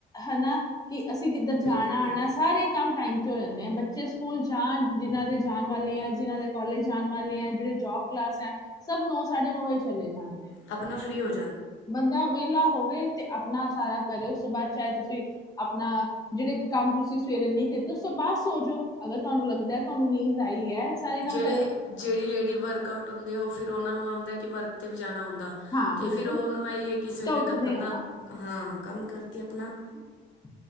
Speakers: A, on the left (about 20°); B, on the left (about 70°).
A: ਹੈਾ ਕਿ ਅਸੀਂ ਕਿੱਧਰ ਜਾਣਾ
B: ਬਿਲਕੁਲ ਬਿਲਕੁਲ
A: ਆਉਣਾ ਸਾਰੇ ਕੰਮ ਟਾਈਮ ਜਾਂਦੇ ਆ ਬੱਚੇ ਸਕੂਲ ਜਾਣ ਜਿਹਨ੍ਹਾਂ ਦੇ ਜਾਣ ਵਾਲੇ ਆ ਜਿਨਾਂ ਦੇ ਕੋਾਲਜ ਜਾਣ ਵਾਲੇ ਆ ਜਿਹੜੇ ਜੋਬ ਕਲਾ ਸਭ ਨੌ ਸਾਢੇ ਨੌ ਵਜੇ ਚਲੇ ਜਾਂਣਦੇ
B: ਆਪਣਾ ਫ੍ਰੀ ਹੋ ਜਾ
A: ਬੰਦਾ ਵਿਹਲਾ ਹੋਵੇ ਤੇ ਆਪਣਾ ਸਾਰਾ ਕਰੇ ਉਸ ਤੋਂ ਬਾਅਦ ਚਾਹੇ ਤੁਸੀਂ ਆਪਣਾ ਜਿਹੜੇ ਕੰਮ ਤੁਸੀਂ ਸਵੇਰੇ ਨਹੀਂ ਕੀਤੇ ਉਸ ਤੋਂ ਬਾਅਦ ਸੋ ਜਾੋ ਅ ਤੁਹਾਨ ਲੱਗਦਾ ਤੁਹਾਨੂੰ ਨੀਂਦ ਆਈ ਹੈ ਸਾਰੇ ਕੰਮ
B: ਜਿਹੜੇ
A: ਕਰ
B: ਜਿਹੜੀ ਲੇਡੀ ਵਰਕ ਆਊਟ ਹੁੰਦੀ ਉਹ ਫਿਰ ਉਹਨਾਂ ਨੂੰ ਹੁੰਦਾ ਕਿ ਵਰਕ 'ਤੇ ਵੀ ਜਾਣਾ ਹੁੰਦਾ
A: ਹਾਂ
B: ਤੇ
A: ਬਿਲਕੁਲ
B: ਫਿਰ ਉਹਨੂੰ ਇਹੀ ਹੈ ਕਿ
A: ਉਹ
B: ਸਵੇਰੇ
A: ਤਾਂ ਉੱਠਦੇ
B: ਬੰਦਾ
A: ਆ ਨਾ
B: ਹਾਂ ਕੰਮ ਕਰਕੇ ਆਪਣਾ
A: ਹ